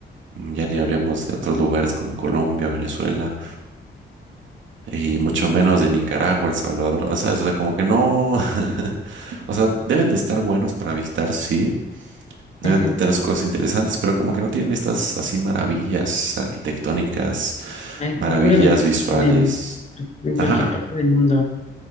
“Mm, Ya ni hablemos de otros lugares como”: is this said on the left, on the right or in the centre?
Right